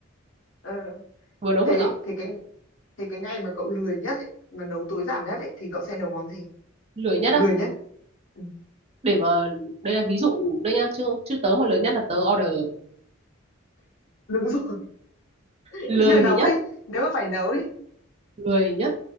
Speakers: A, on the left; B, on the right.
A: ờ,
B: vừa nấu vừa
A: thế
B: dọn
A: thế cái thế cái ngày mà cậu lười nhất ấy, mà nấu tối giản nhất ấy, thì cậu sẽ nấu món gì
B: lười nhất
A: lười
B: á
A: nhất ừ,
B: để mà đây là ví dụ đây nha chứ chứ tớ mà lười nhất là tớ order
A: đúng rồi <laughs>
B: lười
A: như nấu
B: nhất
A: đi nếu mà phải nấu đi
B: lười nhất